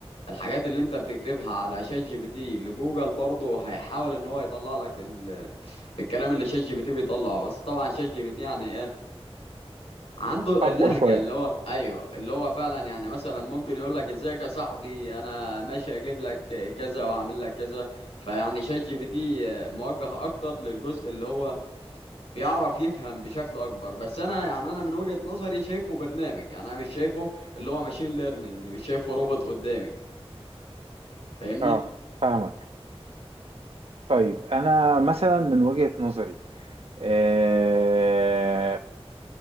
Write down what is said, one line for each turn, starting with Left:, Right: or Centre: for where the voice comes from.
Left: الحاجات اللي انت بتكتبها على شات جي بي تي لجوجل برضه هيحاول ان هو يطلع لك ال... الكلام اللي شات جي بي تي بيطلعه بس طبعا شات جي بي تي يعني إيه، عنده
Right: اقوى
Left: اللهجة
Right: شويه
Left: اللي هو ايوه اللي هو فعلا يعني مثلا ممكن يقول لك ازيك يا صاحبي انا ماشي اجيب لك كذا واعمل لك كذا فيعني شات جي بي تي موجه اكتر للجزء اللي هو بيعرف يفهم بشكل اكبر بس انا يعني انا من وجهة نظري شايفه برنامج يعني انا مش شايفه اللي هو ماشين ليرنينج مش شايفه روبوت قدامي فاهمني
Right: اه فاهمك طيب انا مثلا من وجهه نظري آه،